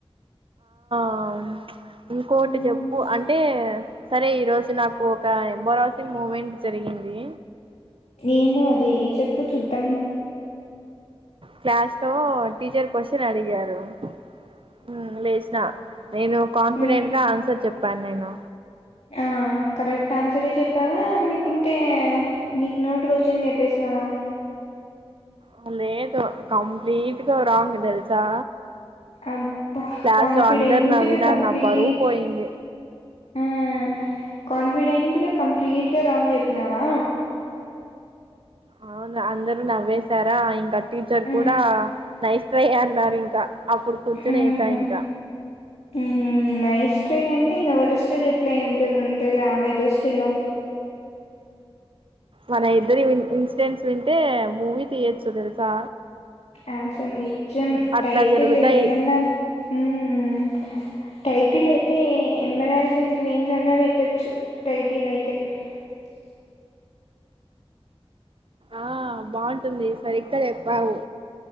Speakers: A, on the right (about 55°); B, on the left (about 80°).
A: ఆ ఇంకోటి
B: హ్మ్.
A: చెప్పు అంటే సరే ఈరోజు నాకు ఒక ఎంబోరసింగ్ మూమెంట్ జరిగింది
B: ఏమో అది చెప్పు చూద్దాం
A: క్లాస్ లో టీచర్ క్వశ్చన్ అడిగారు హ్మ్ లేచిన నేను కాన్ఫిడెంట్
B: హ్మ్.
A: గా ఆన్సర్ చెప్పాను నేను
B: ఆ కరెక్ట్ ఆన్సరే చెప్పావా లేకుంటే నీకు నూటికి వచ్చింది చెప్పేసినవా <inaudible>
A: ఆ లేదు కంప్లీట్గా రాంగ్ తెలుసా
B: అబ్బా!
A: క్లాస్
B: కాన్ఫిడెంట్‌గా
A: లో అందరు నవ్వినారు
B: కంప్లీట్‌గా
A: నా పరువు పోయింది
B: ఆ కాన్ఫిడెంట్గా కంప్లీట్ గా రాంగ్ చెప్పినావా
A: అవును అందరు నవ్వేశారా ఇంకా టీచర్
B: హ్మ్.
A: కూడా నై శ్రేయ అన్నారు ఇంకా అప్పుడు కూర్చుని
B: హ్మ్
A: వేసా ఇంకా
B: హ్మ్ నై శ్రేయ అంటే ఇంగా వరా ఫస్ట్ రిప్లై ఉంటుంది అంతేలా ఆమె దృష్టిలో
A: మన ఇద్దరి ఇన్సిడెంట్స్ వింటే మూవీ తీయొచ్చు తెలుసా
B: అసలు నిజం
A: అట్లా
B: టైటిల్
A: జరుగుతాయి
B: ఏమన్నా ఉమ్ టైటిల్ అయితే ఎంబరైసింగ్ క్వీన్స్ అన్నా పెట్టొచ్చు టైటిల్ అయితే <unintelligible>
A: ఆ బాగుంటుంది సరిగ్గాచేప్ వావు